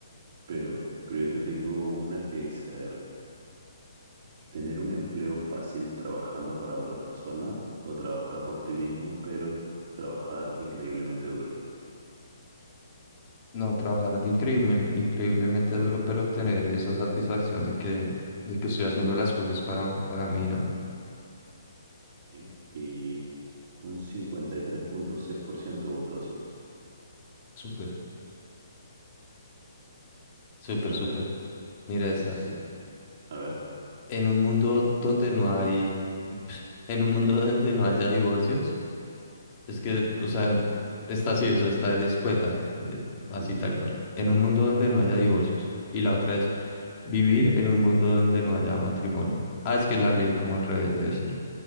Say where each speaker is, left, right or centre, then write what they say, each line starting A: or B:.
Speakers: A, on the right; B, on the left.
A: Pero, pero yo te tengo una que es, a ver, tener un empleo fácil trabajando para otra persona o trabajar por ti mismo, pero trabajar increíblemente duro.
B: No, trabajar de increíble- increíblemente duro, pero tener esa satisfacción de que, de que estoy haciendo las cosas para, para mí, ¿no?
A: ¿sí? Y un 53.6% votó así.
B: Súper, súper,
A: A
B: súper.
A: ver,
B: Mira
A: sí,
B: esta.
A: sí, sí. A ver.
B: En un mundo donde no hay, <laughs> en un mundo donde no haya divorcios. Es que,
A: ujú,
B: o sea, está así, o sea, está discueta, eh,
A: ujú.
B: así tal cual. En un mundo donde no haya divorcios. Y la otra es vivir en un mundo donde no haya matrimonio. Ah, es que la ley como al revés debe ser.